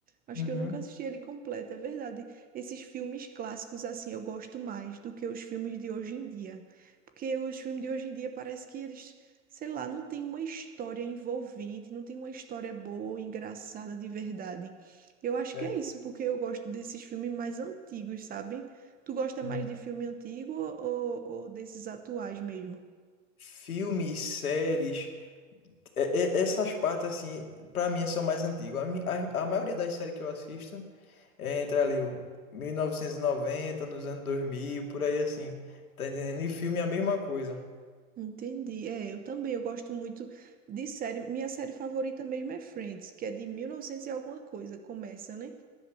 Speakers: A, on the right; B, on the left.
A: Acho
B: Uhum.
A: que eu nunca assisti ele completo, é verdade. Esses filmes clássicos, assim, eu gosto mais do que os filmes de hoje em dia. Porque os filmes de hoje em dia parece que eles, sei lá, não tem uma história envolvente, não tem uma história boa, engraçada de verdade. Eu acho
B: É.
A: que é isso, porque eu gosto desses filmes mais antigos, sabe? Tu gosta
B: Uhum.
A: mais de filme antigo ou, ou desses atuais mesmo?
B: Filmes, séries. É- é- Essas partes, assim, pra mim são mais antigas. A, mi- a- a maioria das séries que eu assisto é entre ali o 1990, nos anos 2000 por aí assim. Tá entendendo? E filme é a mesma coisa.
A: Entendi. É, eu também, eu gosto muito de série. Minha série favorita mesmo é Friends, que é de 1900 e novecentos e alguma coisa, começa, né?